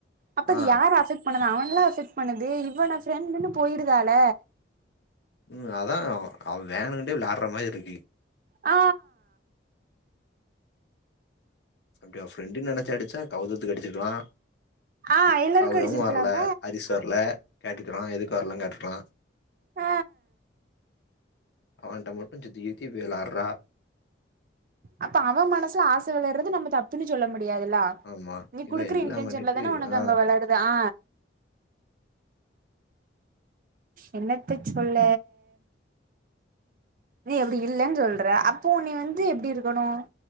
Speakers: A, on the right; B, on the left.
A: அப்ப
B: ஆ
A: அது யார் அஃபட் பண்ணுது அவன்ல அஃபட் பண்ணுது இவ நா ஃப்ரெண்டு்ன்னு போயிருதால
B: ம் அதா அவ வேணுங்கிட்டே விளையாடுற மாதிரி இருக்கு
A: ஆ
B: அப்படி அவ ஃப்ரெண்டு நெனச்சி அடிச்சா கவுதத்துக்கு அடிச்சிற்கலா
A: ஆ எல்லாருக்கு
B: கவுதமு
A: அடிச்சிருக்கலாம
B: வரல ஹரி சார் ல கேட்டுக்குறோ எதுக்கு வரலன் கேட்டுக்கிறலா
A: ஆ
B: அவன்ட மட்டு சுத்தி சுத்தி போய் வெளாட்ற
A: அப்ப அவன் மனசுல ஆச வளரது நம்ம தப்புன்னு சொல்ல முடியாதுல்லா
B: ஆமா
A: நீ
B: இவ
A: குடுக்குற
B: எல்லா
A: இன்டென்ஷன்ல
B: பண்ணிட்டு
A: தான உனக்கு
B: ஆ
A: அங்க வளருது ஆ என்னத்த சொல்ல நீ அப்டி இல்லன் சொல்ற அப்போ நீ வந்து எப்டி இருக்கணு